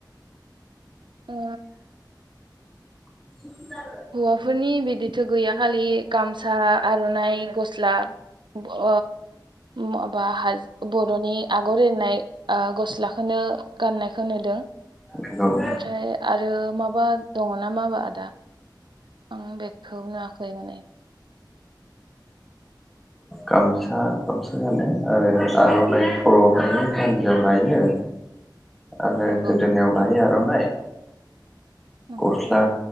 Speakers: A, on the right; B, in the centre.
A: ओ
B: <inaudible>
A: हौवाफोरनि बिदिथ गैय खालि गामसा आरनाइ गस्ला ब माबा हाज बरनि आगर एरनाय गस्लाखोनो ओ गाननायखौ नुदों।
B: नंगौ
A: ओमफ्राय आरो माब बा दङ ना मा बा आदा आंनि बेगखौ नुवाखै माने
B: गामसा गामसा गानो आरो आर'नाइ खर'आव लायो जानजियाव लायो आरो
A: नंगौ
B: गोदोनायाव लायो आर'नाइ
A: नंगौ
B: गस्ला